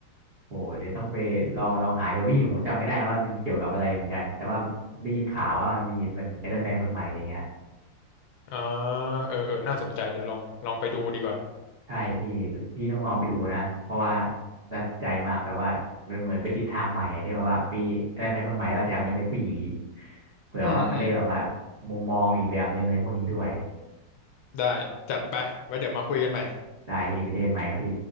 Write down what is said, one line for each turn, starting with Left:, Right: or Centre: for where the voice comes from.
Right: โอ้เดี๋ยวต้องไปลองลองหาดูพี่ผมจำไม่ได้ว่ามันเกี่ยวกับอะไรเหมือนกันแต่ว่าได้ยินข่าวว่ามันมีเป็นไอรอนแมนคนใหม่อะไรเงี้ย
Left: อ่าเออเออน่าสนใจเดี๋ยวลองลองไปดูดีกว่า
Right: ใช่พี่พี่ต้องลองไปดูนะเพราะว่าน่าสนใจมากแบบว่ามันเหมือนเป็นทิศทางใหม่อะที่แบบว่าพี่ได้ไหมคนใหม่แล้วแถมยังเป็นผู้หญิงอีกเผื่อว่ามันได้แบบว่า
Left: อืมอืม
Right: มุมมองอีกแบบหนึ่งในพวกนี้ด้วย
Left: ได้จัดไปไว้เดี๋ยวมาคุยกันใหม่
Right: ได้พี่ไปเจอกันใหม่ครับพี่